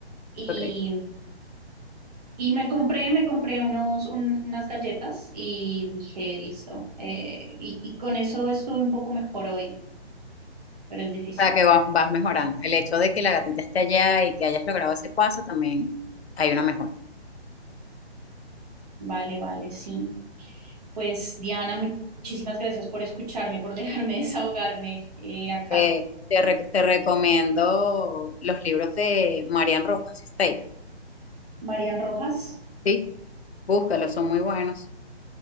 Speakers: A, on the right (about 35°); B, on the left (about 70°).
A: y,
B: Ok.
A: y me compré, me compré unos, un- unas galletas y dije, listo, eh, y, y con eso estuve un poco mejor hoy, pero es difícil.
B: O sea, que va- vas mejorando. El hecho de que la gatita esté allá y que hayas logrado ese paso, también hay una mejora.
A: Vale, vale, sí. Pues Diana, mu- muchísimas gracias por escucharme, por dejarme <laughs> desahogarme eh, acá.
B: Eh, te, re- te recomiendo los libros de Marian Rojas State,
A: Marian Rojas,
B: ¿sí? Búscalos, son muy buenos